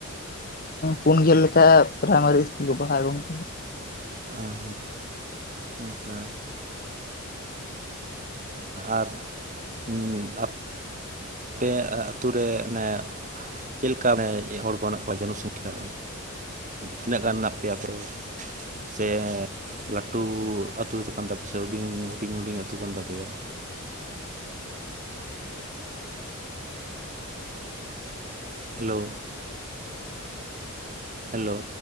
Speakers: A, on the left (about 45°); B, on the right (about 35°).
A: ᱯᱩᱱ ᱜᱮᱞ ᱞᱮᱠᱟ ᱯᱨᱟᱭᱢᱟᱨᱤ ᱤᱥᱠᱩᱞ ᱠᱚ ᱯᱟᱲᱦᱟᱣ ᱜᱚᱝᱠᱮ᱾
B: ᱟᱨ ᱱᱚᱝᱠᱟ ᱟᱨ ᱦᱩᱸᱟᱯ ᱟᱯᱮ ᱟᱹᱛᱩ ᱨᱮ ᱚᱱᱮ ᱪᱮᱞ ᱞᱮᱠᱟ ᱦᱚᱲ ᱠᱚ ᱢᱮᱱᱟᱜ ᱠᱚᱣᱟ ᱡᱚᱱᱚᱥᱚᱝᱠᱷᱟ? ᱛᱤᱱᱟᱹᱜ ᱜᱟᱱ ᱢᱮᱱᱟᱜ ᱯᱮ ᱯᱩᱨᱩ ᱥᱮ ᱞᱟᱹᱴᱩ ᱟᱹᱛᱩ ᱠᱟᱱ ᱛᱟᱯᱮᱭᱟ ᱥᱮ ᱦᱩᱰᱤᱧ ᱦᱩᱰᱤᱧ ᱦᱩᱰᱤᱧ ᱟᱹᱛᱩ ᱠᱟᱱ ᱛᱟᱯᱮᱭᱟ ᱦᱮᱞᱳ ᱦᱮᱞᱳ